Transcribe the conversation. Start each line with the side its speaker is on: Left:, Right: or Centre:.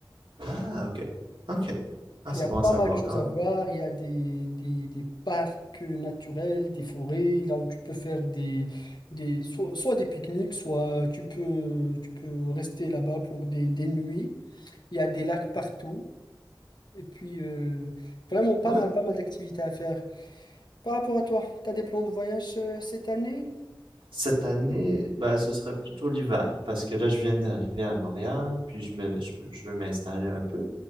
Right: Ah, ok. Ok. Ah,
Left: Il
Right: c'est
Left: y a
Right: bon
Left: pas
Right: à savoir
Left: mal de choses
Right: quand
Left: à
Right: même.
Left: voir. Il y a des, des, des parcs naturels, des forêts, là où tu peux faire des, des soit, soit des pique-niques, soit tu peux, tu peux rester là-bas pour des, des nuits. Il y a des lacs partout. Et puis, euh, vraiment pas
Right: Ah,
Left: mal, pas mal d'activités à faire. Par rapport à toi, t'as des plans de voyage euh, cette année?
Right: cette année, ben, ce serait plutôt l'hiver, parce que là, je viens d'arriver à Montréal, puis je me, je, je veux m'installer un peu.